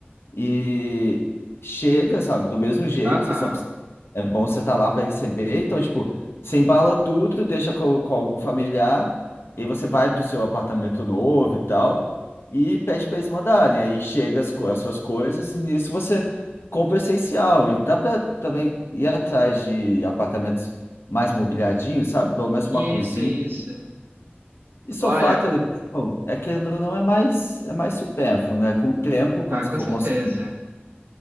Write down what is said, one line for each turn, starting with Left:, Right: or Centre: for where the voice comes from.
Left: e chega, sabe, do mesmo jeito,
Right: Aham.
Left: você só precisa- é bom você estar lá para receber. Então, tipo, você embala tudo, deixa com, com algum familiar, e você vai para o seu apartamento novo e tal, e pede para eles mandarem. Aí chega as, co- as suas coisas, e nisso você compra o essencial. E dá para também ir atrás de apartamentos mais mobiliadinhos, sabe? Pelo menos
Right: Isso,
Left: uma cozinha.
Right: isso.
Left: E sofá,
Right: Olha,
Left: televisão, é querendo ou não, é mais, é mais supérfluo, né? Com o tempo, quando
Right: ah, com
Left: você for
Right: certeza.
Left: conseguir.